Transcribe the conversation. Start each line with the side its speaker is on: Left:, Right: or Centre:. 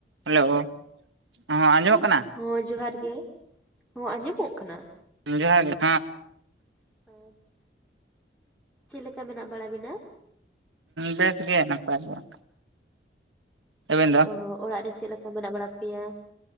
Right: Hello, ᱦᱚᱸ ᱟᱸᱡᱚᱢᱚᱜ ᱠᱟᱱᱟ?
Centre: ᱦᱚᱸ ᱡᱚᱦᱟᱨ ᱜᱮ, ᱦᱚᱸ ᱟᱸᱡᱚᱢᱚᱜ ᱠᱟᱱᱟ?
Right: ᱡᱚᱦᱟᱨ ᱜᱮ <unintelligible>
Centre: <inaudible> ᱪᱮᱜ ᱞᱮᱠᱟ ᱢᱮᱱᱟᱜ ᱵᱟᱲᱟ ᱵᱤᱱᱟ?
Right: ᱵᱮᱥ ᱜᱮ ᱱᱟᱯᱟᱭ ᱜᱮᱭᱟᱞᱮ ᱟᱵᱮᱱ ᱫᱚ?
Centre: ᱚ ᱚᱲᱟᱜ ᱨᱮ ᱪᱮᱜ ᱞᱮᱠᱟ ᱢᱮᱱᱟᱜ ᱵᱟᱲᱟ ᱯᱮᱭᱟ?